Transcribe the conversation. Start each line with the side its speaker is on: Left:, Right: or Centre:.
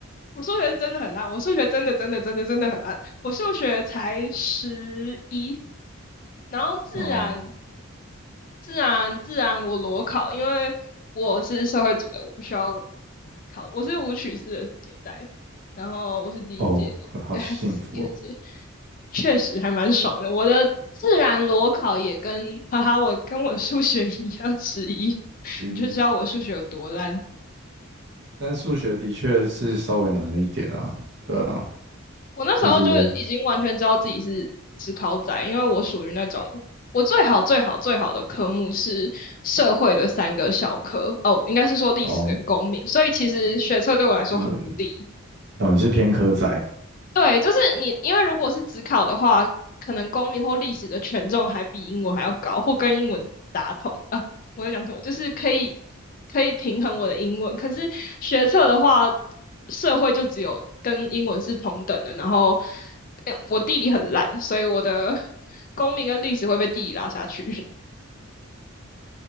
Left: 我数学是真的很烂，我数学真的真的真的真的很烂，我数学才十一，然后自然
Right: 哦，
Left: 自然自然我裸考，因为我是社会组的，我不需要考，我是舞曲四的年代，然后我是第一届，
Right: 哦，好好幸福哦，
Left: 哎还是第二届，确实还蛮爽的。我的自然裸考也跟哈哈，我跟我数学一样十一，<laughs>
Right: 之一。
Left: 你就知道我数学有多烂。
Right: 但数学的确是稍微难了一点啊，对啊，
Left: 我那时候就已经完全知道自己是职考仔，
Right: 就是
Left: 因为我属于那种我最好最好最好的科目是社会的三个小科，哦，应该是说历史跟公民，
Right: 哦，
Left: 所以其实学测对我来说很不利，
Right: 就是哦，你是偏科仔，
Left: 对，就是你，因为如果是只考的话，可能公民或历史的权重还比英文还要高，或跟英文打同啊。我在讲什么？就是可以可以平衡我的英文。可是学测的话，社会就只有跟英文是同等的。然后，嗯我地理很烂，所以我的 <laughs> 公民跟历史会被地理拉下去。